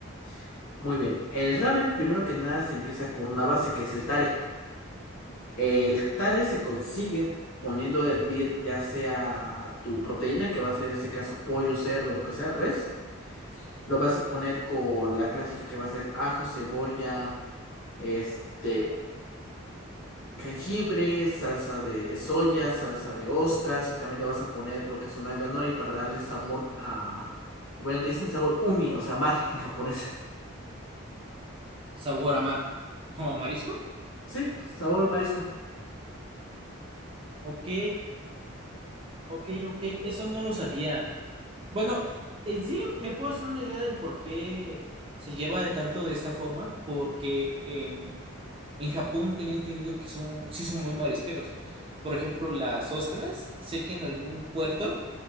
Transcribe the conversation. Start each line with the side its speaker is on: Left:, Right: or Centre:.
Left: <laughs> Muy bien. El ramen, primero que nada, se empieza con una base que es el tare. El tare se consigue poniendo a hervir ya sea tu proteína, que va a ser en este caso pollo, cerdo, lo que sea, res. Lo vas a poner con la clásica que va a ser ajo, cebolla, este jengibre, salsa de soya, salsa de ostras y también le vas a poner lo que son alga nori para darle sabor a... Bueno, le dicen sabor umi, o sea, mar en japonés. <laughs>
Right: Sabor a mar. ¿Como marisco?
Left: Sí, sabor marisco.
Right: Ok, ok, ok, eso no lo sabía. Bueno, en sí me puedo hacer una idea del por qué se lleva de tanto de esta forma, porque en, en Japón tenían entendido que son, sí son muy marisqueros. Por ejemplo, las ostras, sé que en algún puerto